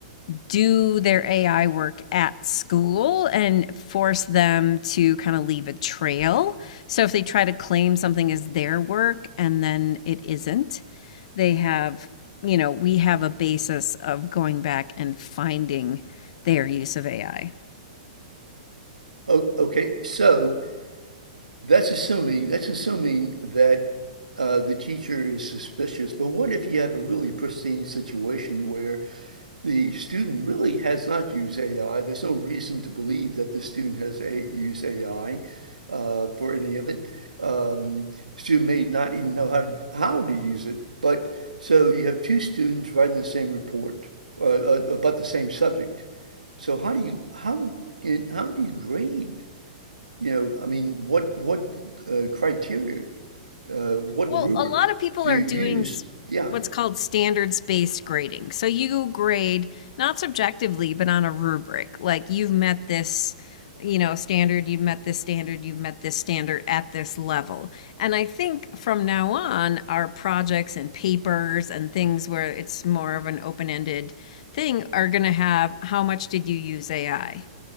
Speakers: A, on the left; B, on the right.
A: do their AI work at school and force them to kind of leave a trail. So if they try to claim something as their work and then it isn't, they have, you know, we have a basis of going back and finding their use of AI.
B: O- Okay, so that's assuming that's assuming that uh, the teacher is suspicious. But what if you have a really pristine situation where The student really has not used AI. There's no reason to believe that the student has a used AI uh, for any of it. Um, student may not even know how to, how to use it. But so you have two students writing the same report uh, uh, about the same subject. So how do you how in, how do you grade? You know, I mean, what what uh, criteria, uh, what
A: Well,
B: rubric
A: a lot of people
B: do
A: are
B: you use?
A: doing s-
B: Yeah,
A: what's called standards-based grading. So you grade not subjectively, but on a rubric. Like you've met this, you know, standard, you've met this standard, you've met this standard at this level. And I think from now on, our projects and papers and things where it's more of an open-ended thing are going to have how much did you use AI?